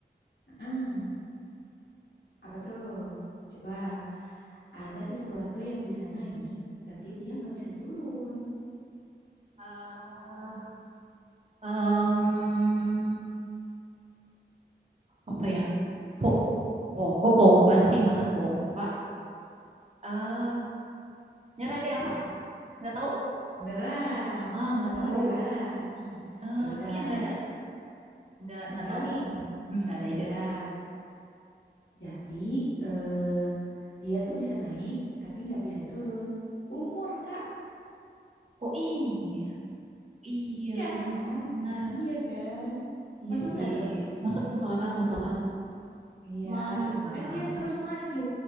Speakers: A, on the left; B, on the right.
A: heeh. Apa tuh? Coba, ada sesuatu yang bisa naik tapi dia nggak bisa turun.
B: Eh, em, apa ya? Po, po, kok pompa sih masa pompa? Eh, nyerah deh apa? Nggak tahu.
A: Beneran,
B: Ah, uh, nggak
A: beneran
B: tahu.
A: nyerah.
B: I- eh,
A: Ya udah,
B: iya nggak ada. Nggak
A: beneran
B: nggak tahu.
A: nih.
B: Hmm, Nggak ada
A: Ya
B: ide.
A: udah. Jadi eh, dia tuh bisa naik tapi nggak bisa turun. Umur Kak,
B: Oh iya, iya
A: iya kan?
B: benar.
A: Iya kan?
B: Iya
A: Masuk
B: sih.
A: nggak tuh?
B: Masuk masuk akal,
A: Masuk.
B: masuk akal,
A: Iya,
B: masuk akal.
A: kan dia terus maju,